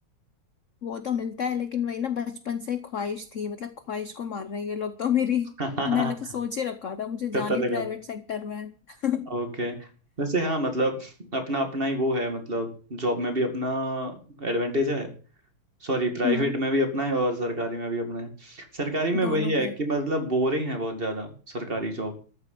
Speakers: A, on the left; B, on the right.
A: वो तो मिलता है लेकिन वही ना बचपन से ख्वाहिश थी मतलब ख्वाहिश को मार रहे हैं ये लोग तो मेरी
B: <laughs>
A: <laughs> मैंने तो सोच ही रखा था मुझे
B: पता
A: जाने
B: लगा
A: प्राइवेट सेक्टर में है। <laughs>
B: ओके वैसे हाँ मतलब अपना अपना ही वो है मतलब जॉब में भी अपना एडवांटेज है सॉरी प्राइवेट
A: हम्म
B: में भी अपना है और सरकारी में भी अपना है सरकारी में
A: दोनों
B: वही है
A: के
B: कि मतलब बोरिंग है बहुत ज़्यादा सरकारी जॉब